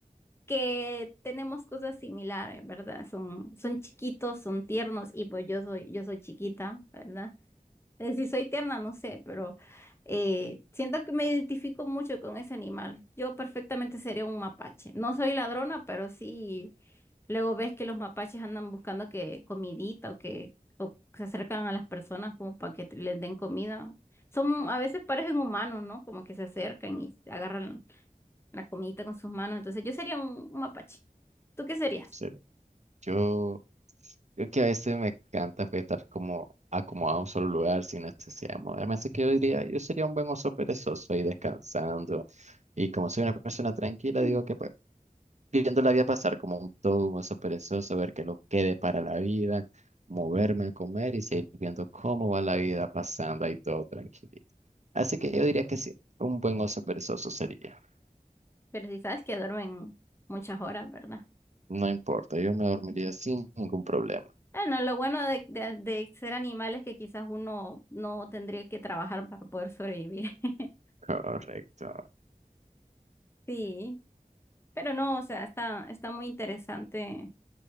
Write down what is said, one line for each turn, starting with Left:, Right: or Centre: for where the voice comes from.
Left: que tenemos cosas similares, ¿verdad? Son, son chiquitos, son tiernos y pues yo soy, yo soy chiquita, ¿verdad? Eh, Si soy tierna, no sé, pero eh, siento que me identifico mucho con ese animal. Yo perfectamente sería un mapache. No soy ladrona, pero sí, luego ves que los mapaches andan buscando que comidita o que o se acercan a las personas como para que te- les den comida. Son, a veces parecen humanos, ¿no? Como que se acercan y agarran la comidita con sus manos. Entonces yo sería un, un mapache. ¿Tú qué serías?
Right: Sería- Yo Creo que a veces me encanta pues, estar como acomodado en un solo lugar sin necesidad de moverme. Así que yo diría, yo sería un buen oso perezoso ahí descansando. Y como soy una persona tranquila,
Left: Mm.
Right: digo que pues viendo la vida pasar como un todo un oso perezoso, ver qué lo quede para la vida, moverme a comer y seguir viendo cómo va la vida pasando ahí todo tranquilito. Así que yo diría que sí, un buen oso perezoso sería.
Left: Pero si sabes que duermen muchas horas, ¿verdad?
Right: No importa, yo me dormiría sin ningún problema.
Left: Bueno, lo bueno de, de- de ser animales que quizás uno no tendría que trabajar para poder sobrevivir. <laughs>
Right: Correcto.
Left: Sí, pero no, o sea, está, está muy interesante